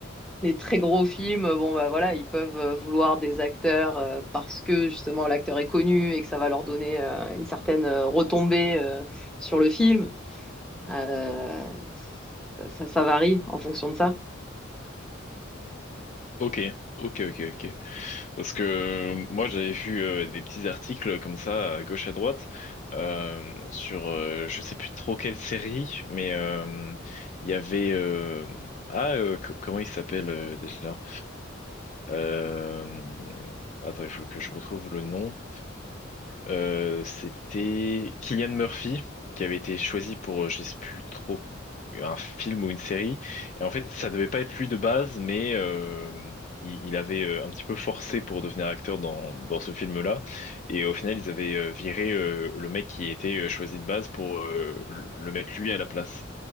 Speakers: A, in the centre; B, on the left.
A: les très gros films, euh, bon bah voilà, ils peuvent euh, vouloir des acteurs euh, parce que justement l'acteur est connu et que ça va leur donner euh, une certaine euh, retombée euh, sur le film. Euh, ça, ça- ça varie en fonction de ça.
B: Ok, ok, ok, ok. Parce que euh, moi, j'avais vu euh, des petits articles comme ça, à gauche à droite, euh, sur euh, je sais plus trop quelle série, mais euh, il y avait euh, ah euh, co- comment il s'appelle euh, déjà? Euh, Attends, il faut que je retrouve le nom. Euh, c'était Cillian Murphy qui avait été choisi pour euh, je sais plus trop un film ou une série et en fait, ça devait pas être lui de base, mais euh, il, il avait euh, un petit peu forcé pour devenir acteur dans, dans ce film-là. Et au final, ils avaient euh, viré euh, le mec qui était euh, choisi de base pour euh, le mettre lui à la place.